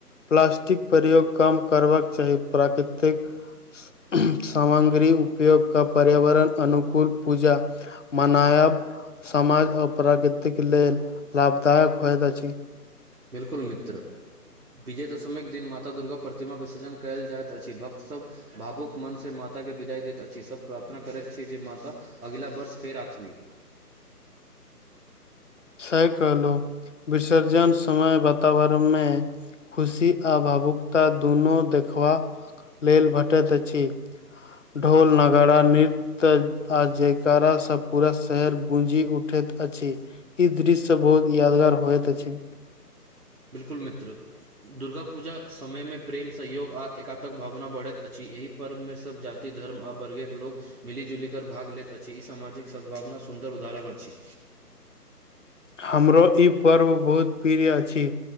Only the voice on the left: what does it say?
प्लास्टिक प्रयोग कम करबाक चाही। प्राकृतिक उम्मह, सामंग्री उपयोग का पर्यावरण अनुकूल पूजा मनायब समाज आ प्रकृतिक लेल लाभदायक होइत अछि।
सही कहलहु विसर्जन समय वातावरण में खुशी आ भावुकता दुनु देखबाक लेल भटैत अछि। ढोल, नागारा, नीत त्य आ जयकारा से पूरा शहर गूँजी उठैत अछि। इ दृश्य सब बहुत यादगार होयत अछि।
हमरो ई पर्व बहुत प्रिय अछि।